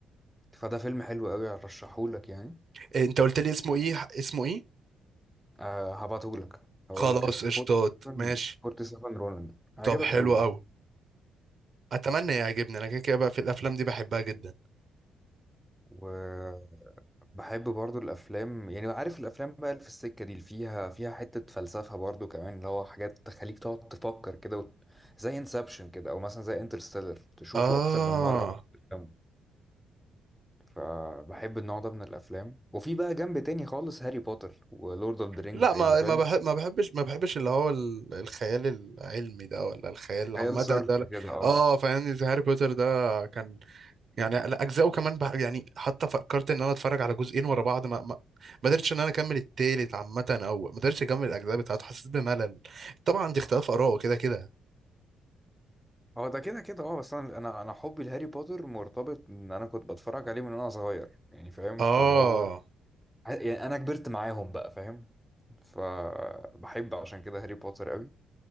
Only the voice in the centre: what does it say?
فده فيلم حلو قوي ارشحهولك يعني
آه هبعتهولك هقول
لك اسمه
47
47 رونن هيعجبك
قوي
ده
وبحب برضو الافلام يعني عارف الافلام بقى اللي في السكه دي اللي فيها فيها حته فلسفه برضو كمان اللي هو حاجات تخليك تقعد تفكر كده وت... زي انسبشن كده او مثلا زي انترستيلر تشوفه
اكتر من مره عشان تفهمه فبحب النوع ده من الافلام وفي بقى جنب تاني خالص هاري بوتر ولورد اوف ذا رينجز
يعني فاهم
خيال صرف
كده اه
هو ده كده كده اه بس انا انا انا حبي لهاري بوتر مرتبط ان انا كنت بتفرج عليه من وانا صغير يعني فاهم
فاللي هو يعني انا كبرت معاهم بقى فاهم فبحب عشان كده هاري بوتر قوي